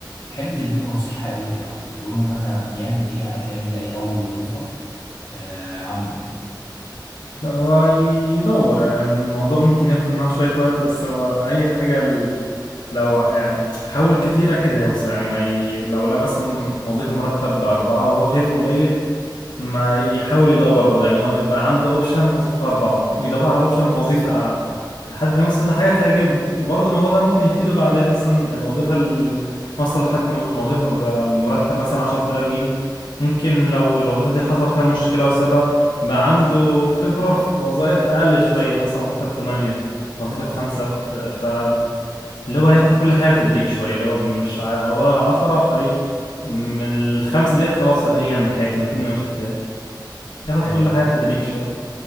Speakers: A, on the left; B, on the left.
A: تحب تديله نصيحة ايه او تقول له مثلا يعمل ايه علشان يلاقي اول وظيفة آه، عنده يعني
B: لا هو يدور يعني الموضوع ممكن ياخد معاه شوية وقت بس هو أي حاجة لو يعني حاول كتير اكيد هيوصل يعني ما ي... لو لا مثلا وظيفه مرتب باربعه وهو شايفه قليل ما يحاول يدور برضه يعني هو يبقى عنده اوبشن وظيفه اربعه ويدور على اوبشن بوظيفه اعلى لحد ما يوصل لحاجه تعجبه وبرضه الموضوع ده ممكن يفيده بعدين مثلا الوظيفه اللي وصل لحد وظيفه بمرتب مثلا 10000 جنيه ممكن لو الوظيفه دي حصل فيها مشكله وسابها بقى عنده خبره في وظائف اقل شويه مثلا وظيفه ب 8 وظيفه بخمسة ف... ف... اللي هو هياخد كل حاجه بتدريج شويه اللي هو مش على مدار عشرة فايه م- الخمسه ديت خلاص هلغيها من حياتي ما كأني ما شفتهاش ياخد
A: ايوه
B: كل حاجه بتدريج شويه